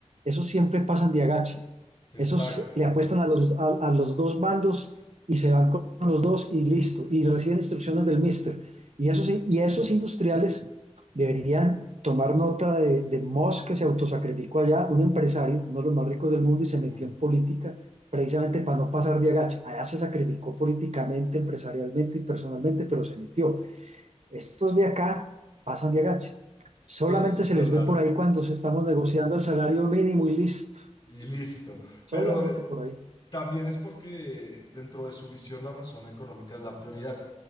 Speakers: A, on the right (about 70°); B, on the left (about 35°).
A: esos siempre pasan de agache.
B: exacto.
A: Esos le apuestan a los, a, a los dos bandos y se van con los dos y listo. Y reciben instrucciones del mister. Y esos, y esos industriales Deberían tomar nota de, de Musk que se autosacrificó allá, un empresario, uno de los más ricos del mundo y se metió
B: Mm,
A: en política precisamente para no pasar de agacha. Allá se sacrificó políticamente, empresarialmente y personalmente, pero se metió. Estos de acá pasan de agacha. Solamente
B: Eso
A: se
B: es verdad.
A: les ve por ahí cuando se estamos negociando el salario mínimo y listo.
B: Y listo.
A: Solamente
B: Pero eh,
A: por ahí.
B: También es porque dentro de su visión la razón económica es la prioridad.